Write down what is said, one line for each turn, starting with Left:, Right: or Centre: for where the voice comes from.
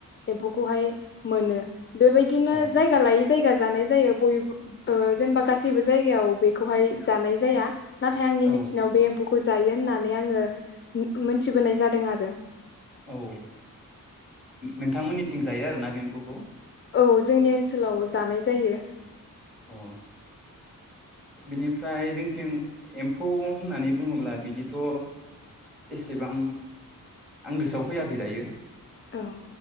Left: एम्फौखौहाय मोनो बेबायदिनो
Centre: अ
Left: जायगा लायै जायगा जानाय जायो बयबो ओ जेनेबा गासैबो जायगायाव बेखौहाय जानाय जाया। नाथाय आंनि मिथिनायाव
Centre: औ
Left: बे एम्फौखौ जायो होननानै आङो उम मोथिबोनाय जादों आरो।
Centre: औ नोंथांमोननिथिं जायो आरोना बे एम्फौखौ? खौ
Left: औ जोंनि ओनसोलाव जानाय जायो।
Centre: अ बिनिफ्राय जोंथिं एम्फौ होननानै बुङोब्ला बिदिथ' एसेबां आं गोसोआव फैयाखै दायो ।
Left: औ